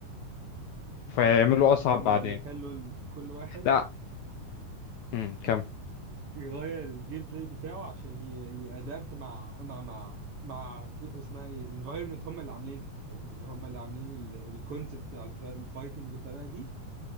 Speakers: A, on the left; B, on the right.
A: فيعملوا
B: يعني هو
A: اصعب
B: هما
A: بعدين
B: بيخلوا ال- كل واحد
A: لا امم كمل
B: يغير الجيم بلاي بتاعه عشان يأدابت مع مع مع مع فل- اسمها ايه انفايرمنت هم اللي عاملينها فاهم يعني هم اللي عاملين الكونسبت بتاع الف- الفايتنج بالطريقه دي